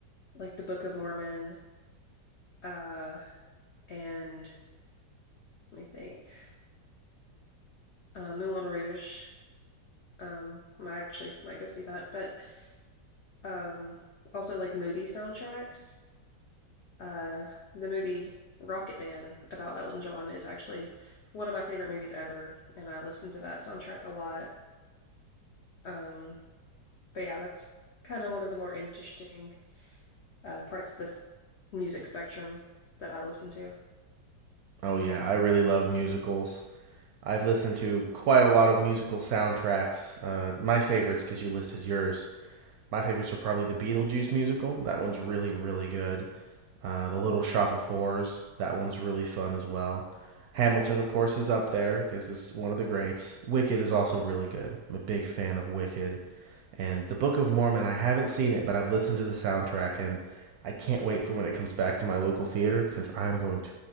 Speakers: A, on the left; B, on the right.
A: like the Book of Mormon, uh, and let me think, uh, Moulin Rouge. Um, I actually might go see that, but um, also like movie soundtracks. Uh, the movie Rocket Man about Elton John is actually one of my favorite movies ever, and I listen to that soundtrack a lot. Um, but yeah, that's kind of one of the more interesting uh, parts of this music spectrum that I listen to.
B: Oh, yeah, I really love musicals. I've listened to quite a lot of musical soundtracks. Uh, my favorites, because you listed yours. My favorites are probably the Beetlejuice musical. That one's really, really good. Uh, the Little Shop of Horrors. That one's really fun as well. Hamilton, of course, is up there because it's one of the greats. Wicked is also really good. I'm a big fan of Wicked. And The Book of Mormon, I haven't seen it, but I've listened to the soundtrack and I can't wait for when it comes back to my local theater because I am going to